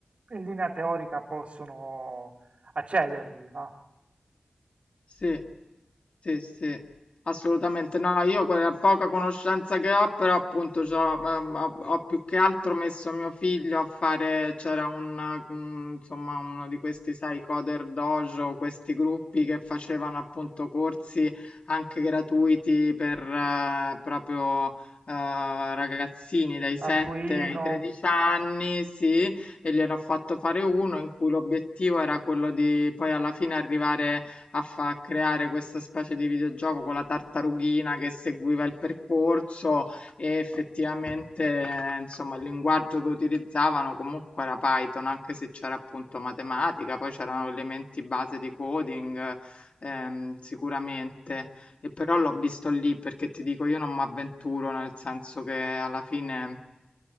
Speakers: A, on the right; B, on the left.
A: in linea teorica possono accedervi, va?
B: sì. Sì, sì, assolutamente. No, io quella poca conoscenza che ho, però appunto c'ho, ehm, ho, ho più che altro messo mio figlio a fare, c'era un, mm, insomma, uno di questi, sai, Coder Dojo, questi gruppi che facevano appunto corsi anche gratuiti per eh, proprio eh, ragazzini dai 7
A: Arduino,
B: ai 13 anni, sì, e gliene ho fatto fare uno in cui l'obiettivo era quello di poi alla fine arrivare a fa- creare questa specie di videogioco con la tartarughina che seguiva il percorso e effettivamente, eh, insomma, il linguaggio che utilizzavano comunque era Python, anche se c'era appunto matematica, poi c'erano elementi base di coding, ehm, sicuramente. E però l'ho visto lì perché ti dico, io non mi avventuro, nel senso che alla fine